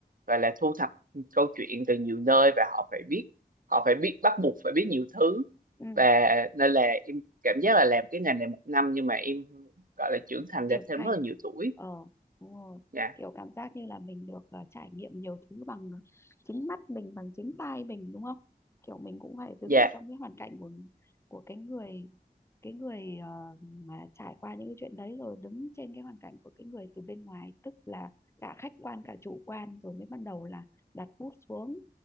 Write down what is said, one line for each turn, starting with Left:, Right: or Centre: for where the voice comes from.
Right: gọi là thu thập câu chuyện từ nhiều nơi và họ phải biết họ phải biết bắt buộc phải biết nhiều thứ
Left: ừ
Right: và nên là em cảm giác là làm cái ngành này một năm nhưng mà em gọi là trưởng thành
Left: trưởng
Right: được thêm
Left: thành
Right: rất là nhiều tuổi
Left: ờ đúng rồi
Right: dạ
Left: kiểu cảm giác như là mình được ờ, trải nghiệm nhiều thứ bằng chính mắt mình bằng chính tai mình đúng không kiểu mình cũng phải đứng
Right: dạ
Left: ở trong cái hoàn cảnh của của cái người cái người ờ, mà trải qua những cái chuyện đấy rồi đứng trên cái hoàn cảnh của cái người từ bên ngoài tức là cả khách quan cả chủ quan rồi mới bắt đầu là đặt bút xuống